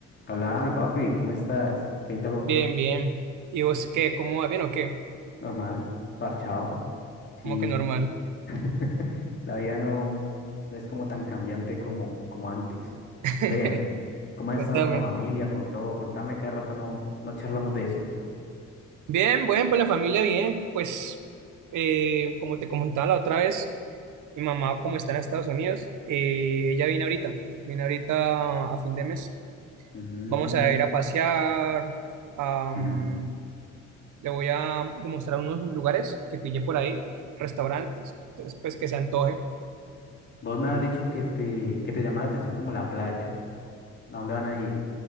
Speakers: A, on the left (about 35°); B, on the right (about 80°).
A: Háblame, papi, ¿cómo estás? ¿Qué hay de bo-
B: Bien, bien. ¿Y vos
A: qué-
B: qué? ¿Cómo va? ¿Bien o qué?
A: normal? Parchado. Sí,
B: ¿Cómo que normal?
A: <laughs> la vida no, no es como tan cambiante como, como antes.
B: <laughs>
A: Ve, ¿cómo has
B: Contame.
A: estado con la familia, con todo? Contame que hace rato no, no charlamos de eso.
B: Bien, bueno, pues la familia bien. Pues eh, como te comentaba la otra vez, mi mamá como está en Estados Unidos, eh, ella viene ahorita, viene ahorita a fin de mes.
A: Mm,
B: Vamos a ir a pasear, am,
A: ujú.
B: le voy a demostrar unos lugares que pillé por ahí, restaurantes, entonces pues que se antoje.
A: Vos me has dicho que te, que te llama la atención como la playa. ¿A dónde van a ir?